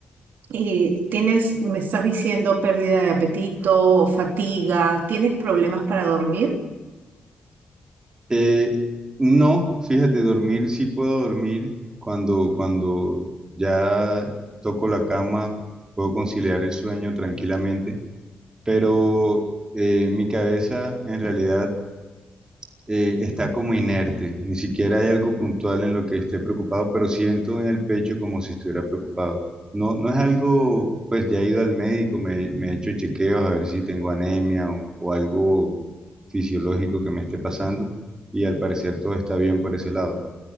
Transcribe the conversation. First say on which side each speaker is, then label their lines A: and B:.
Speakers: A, on the right; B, on the right.
A: eh, tienes, me estás diciendo pérdida de apetito, fatiga, ¿tienes problemas para dormir?
B: Eh, no, fíjate, dormir sí puedo dormir cuando, cuando ya toco la cama, puedo conciliar el sueño tranquilamente, pero eh, mi cabeza en realidad eh, está como inerte, ni siquiera hay algo puntual en lo que esté preocupado, pero siento en el pecho como si estuviera preocupado. No, no es algo, pues ya he ido al médico, me, me he hecho chequeos a ver si tengo anemia o, o algo fisiológico que me esté pasando y al parecer todo está bien por ese lado.